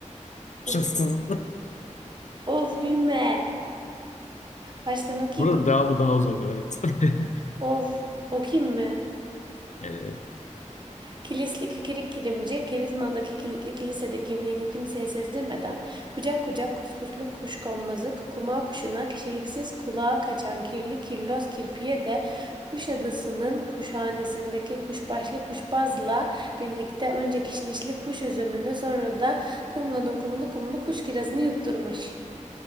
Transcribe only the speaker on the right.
Of, of gülme. Baştan okuyayım
mı?
Of, o kim mi?
Kilisli kikirik kilimci, Kilizman'daki kilitli kilisede kimliğini kimseye sezdirmeden, kucak kucak kuskuslu kuşkonmazı, kukuma kuşuna, kişiliksiz kulağa kaçan kirli kirloz kirpiye de Kuşadası'nın kuşhanesindeki kuşbaşlı kuşbazla birlikte önce kişnişli kuş üzümünü sonra da kumlanın kumlu kumlu kuş kirazını yutturmuş.